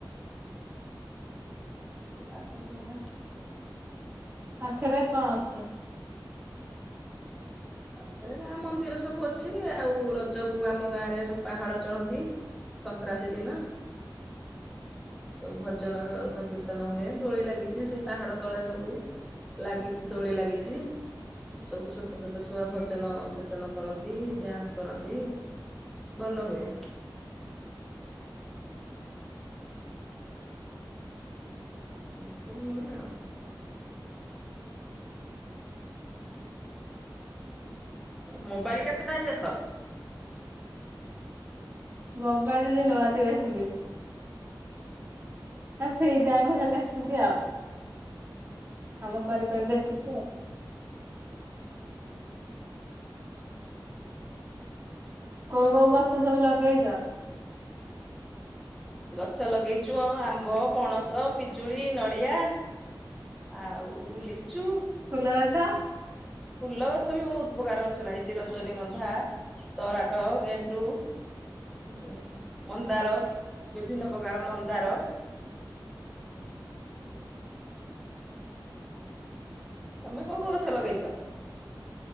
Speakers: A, in the centre; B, on the right (about 30°).
A: ପାଖରେ ଯାହା ।
B: ପାଖରେ କଣ ଅଛି?
A: ପାଖରେ ଗାଁ ମନ୍ଦିର ସବୁ ଅଛି ଆଉ ରଜକୁ ଆମ ଗାଁ ରେ ସବୁ ପାହାଡ ଚଢନ୍ତି। ସଂକ୍ରାନ୍ତି ଦିନ। ସବୁ ଭଜନ ସଂକୀର୍ତ୍ତନ ହୁଏ ଦୋଳି ଲାଗିଛି ସେଇ ପାହାଡ ତଳେ ସବୁ। ଲାଗିଛି ଦୋଳି ଲାଗିଛି ସବୁ ଛୋଟ ଛୋଟ। ଛୁଆ ଭଜନ କୀର୍ତ୍ତନ କରନ୍ତି ଡ୍ୟାନ୍ସ କରନ୍ତି। ଭଲ ହୁଏ। ଏମିତି ସବୁ ହୁଏ ଆଉ।
B: ହୁଁ ।
A: ମୋବାଇଲ କେତେ ଟାଇମ ଦେଖ?
B: ମୋବାଇଲ୍ ଦିନ ରାତି ଦେଖୁଚି। ଫ୍ରି ଟାଇମ ହେଲେ ଦେଖୁଚି ଆଉ। କାମ କରି କରି ଦେଖୁଚି ଆଉ । କୋଉ କୋଉ ଗଛ ସବୁ ଲଗେଇଚ?
A: ଗଛ ଲଗେଇଚୁ ଆଉ ଆମ୍ବ ପଣସ ପିଜୁଳି ନଡିଆ। ଆଉ ଲିଚୁ।
B: ଫୁଲ ଗଛ
A: ଫୁଲ ଗଛ ବି ବହୁତ ପ୍ରକାର ଗଛ ଲାଗିଛି ରଜନୀଗନ୍ଧା ତରାଟ, ଗେଣ୍ଡୁ ଉଁ ମନ୍ଦାର ବିଭିନ୍ନ ପକାର ମନ୍ଦାର <unintelligible> ତମେ କୋଉ କୋଉ ଗଛ ଲଗେଇଚ?